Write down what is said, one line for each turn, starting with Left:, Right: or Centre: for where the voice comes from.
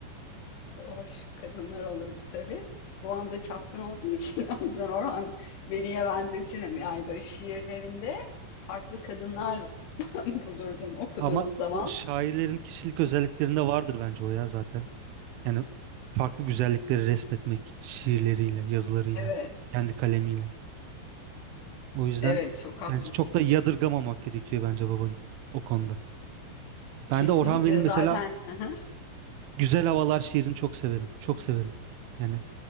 Left: hoş kadınlar olurdu tabii. Babam da çapkın olduğu için <laughs> o yüzden Orhan Veli'ye benzetirim. Yani böyle şiirlerinde farklı kadınlar <laughs> bulurdum okuduğum
Right: Ama
Left: zaman.
Right: o şairlerin kişilik özelliklerinde vardır bence o ya zaten. Yani farklı güzellikleri resmetmek şiirleriyle, yazılarıyla,
Left: Evet,
Right: kendi kalemiyle. O yüzden
Left: evet çok haklısın.
Right: yani çok da yadırgamamak gerekiyor bence babanın o konuda.
Left: Kesinlikle
Right: Ben de Orhan Veli'nin mesela
Left: zaten. <laughs> Hı hı.
Right: Güzel Havalar şiirini çok severim. Çok severim. Yani